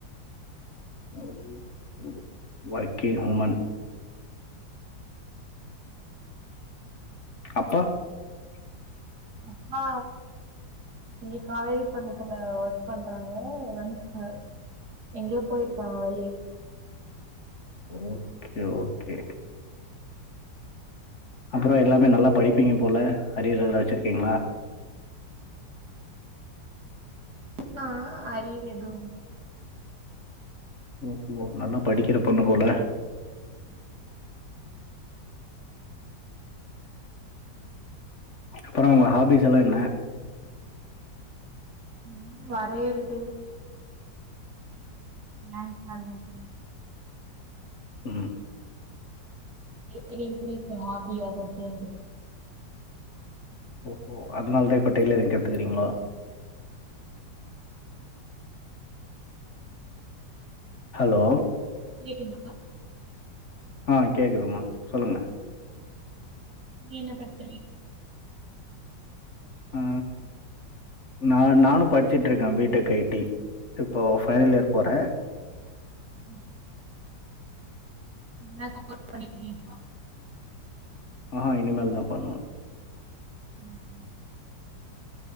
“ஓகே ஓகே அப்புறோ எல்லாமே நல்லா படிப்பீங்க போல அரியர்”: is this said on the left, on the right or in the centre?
Left